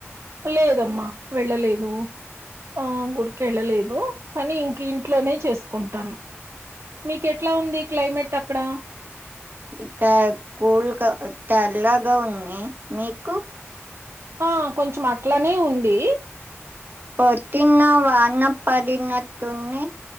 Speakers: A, on the right; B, on the right.
A: లేదమ్మా వెళ్ళలేదు ఆ గుడికేళ్ళలేదు కానీ ఇంక ఇంట్లోనే చేసుకుంటాను మీకేట్లా ఉంది క్లైమేట్ అక్కడ
B: ఇక కూల్గా టల్లాగా ఉంది మీకు
A: ఆ కొంచెం అట్లనే ఉంది
B: పొటిన్న వానపాడినటుని